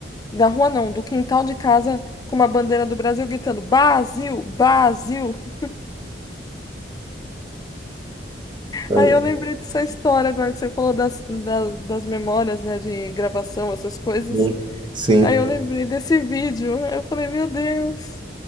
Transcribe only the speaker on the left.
da rua não, do quintal de casa, com uma bandeira do Brasil gritando Brasil, Brasil. <laughs>
Aí eu lembrei dessa história agora que você falou das, da- das, memórias, né, de gravação, essas coisas.
Aí eu lembrei desse vídeo. Eu falei, meu Deus.